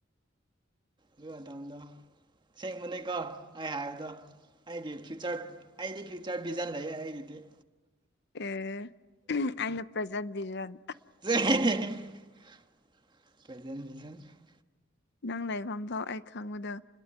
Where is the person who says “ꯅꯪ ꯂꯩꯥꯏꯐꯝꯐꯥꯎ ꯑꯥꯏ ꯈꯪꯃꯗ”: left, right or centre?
Left